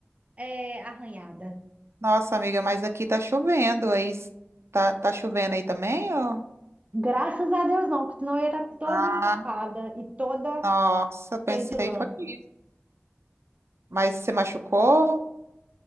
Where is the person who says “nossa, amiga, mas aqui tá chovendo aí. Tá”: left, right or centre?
Right